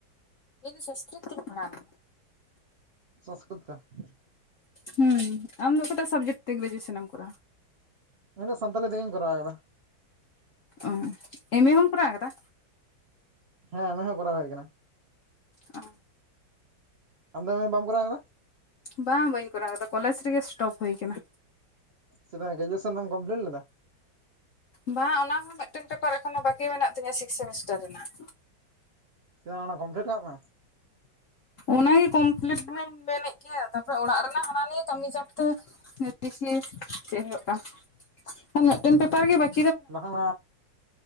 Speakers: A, on the left; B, on the right.
A: ᱤᱧ ᱫᱚ ᱥᱚᱥᱠᱨᱤᱛ ᱛᱤᱧ ᱯᱟᱲᱦᱟᱣ ᱞᱮᱱᱟ ᱾
B: ᱥᱚᱸᱥᱠᱨᱤᱛ <unintelligible>
A: ᱦᱩᱸ ᱟᱢᱫᱚ ᱚᱠᱟᱴᱟᱜ ᱥᱟᱵᱡᱮᱠᱴ ᱛᱮ ᱜᱨᱮᱡᱩᱣᱮᱥᱚᱱ ᱮᱢ ᱠᱚᱨᱟᱣᱟ?
B: ᱤᱧᱫᱚ ᱥᱟᱱᱛᱟᱞᱤ ᱛᱮᱜᱮᱧ ᱠᱚᱨᱟᱣ ᱠᱟᱫᱟ᱾
A: ᱚ ᱮᱢ ᱮ ᱦᱚᱢ ᱠᱚᱨᱟᱣ ᱠᱟᱫᱟ?
B: ᱦᱮᱸ ᱮᱢ ᱮ ᱦᱚᱸ ᱠᱚᱨᱟᱣ ᱦᱩᱭ ᱠᱟᱱᱟ᱾
A: ᱟᱸ
B: ᱟᱢ ᱫᱚ ᱮᱢ ᱮ ᱵᱟᱢ ᱠᱚᱨᱟᱣ ᱠᱟᱫᱟ?
A: ᱵᱟᱝ ᱵᱟᱹᱧ ᱠᱚᱨᱟᱣ ᱠᱟᱫᱟ ᱠᱚᱞᱮᱡᱽ ᱨᱮᱜᱮ ᱥᱴᱚᱯ ᱦᱩᱭ ᱠᱟᱱᱟ᱾
B: ᱪᱮᱫᱟᱜ ᱜᱨᱮᱡᱩᱣᱮᱥᱚᱱ ᱵᱟᱢ ᱠᱚᱢᱯᱞᱤᱴ ᱞᱮᱫᱟ?
A: ᱵᱟᱝ ᱚᱱᱟ ᱦᱚᱸ ᱢᱤᱫᱴᱮᱱ ᱯᱮᱯᱟᱨ ᱮᱠᱷᱚᱱᱳ ᱵᱟᱠᱤ ᱢᱮᱱᱟᱜ ᱛᱤᱧᱟ ᱥᱤᱠᱥ ᱥᱮᱢᱤᱥᱴᱟᱨ ᱨᱮᱱᱟᱜ
B: ᱪᱮᱫᱟᱜ ᱚᱱᱟ ᱠᱚᱢᱯᱞᱤᱴ ᱟᱢ ᱦᱟᱜ?
A: ᱚᱱᱟᱜᱮ ᱠᱚᱢᱯᱞᱤᱴ ᱫᱚᱧ ᱢᱮᱱᱮᱫ ᱜᱮᱭᱟ ᱛᱟᱯᱚᱨᱮ ᱚᱲᱟᱜ ᱨᱮᱱᱟᱜ ᱦᱟᱱᱟ ᱱᱤᱭᱟᱹ ᱠᱟᱹᱢᱤ ᱪᱟᱯᱛᱮ ᱫᱤᱠᱷᱤ ᱪᱮᱫ ᱦᱩᱭᱩᱜ ᱠᱟᱱ?
B: <inaudible>
A: ᱟᱨ ᱢᱤᱫᱴᱮᱱ ᱯᱮᱯᱟᱨ ᱜᱮ ᱠ
B: ᱵᱟᱝᱠᱷᱟᱱ,